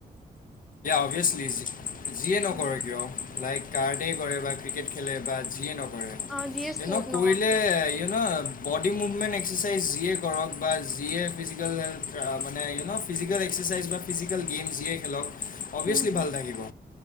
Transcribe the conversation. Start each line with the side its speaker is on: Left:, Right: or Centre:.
Left: অভিয়ছলিজি যিয়ে নকৰে
Centre: উম
Left: কিয় লাইক কাৰ্ডেই কৰে বা ক্ৰিকেট খেলে বা যিয়ে নকৰে
Centre: অ যিয়ে স্পৰ্ট
Left: ইউ ন কৰিলে
Centre: নহওক কিয়
Left: you know body movement exercise যিয়ে কৰক বা যিয়ে ফিজিকেলেল মানে ইউ ন' ফিজিকেল এক্সাৰচাইজ বা ফিজিকেল গেম যিয়ে খেলক অভিয়াচলি
Centre: হুম হুম
Left: ভাল লাগিব